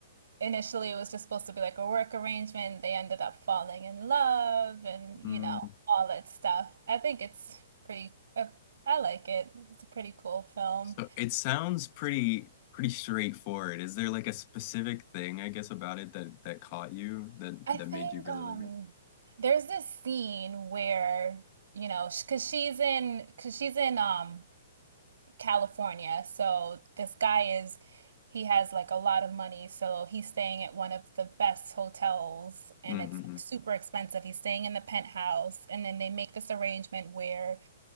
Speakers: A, on the right; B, on the left.
A: initially it was just supposed to be like a work arrangement. They ended up falling in love and you
B: Mm.
A: know, all that stuff. I think it's pretty uh, I like it. It's a pretty cool film.
B: So it sounds pretty pretty straightforward. Is there like a specific thing, I guess, about it that that caught you that
A: I
B: that
A: think
B: made you really
A: um
B: like it?
A: there's this scene where, you know, because she's in because she's in um California. So this guy is, he has like a lot of money. So he's staying at one of the best hotels and
B: Mm-mm-mm.
A: it's like super expensive. He's staying in the penthouse. And then they make this arrangement where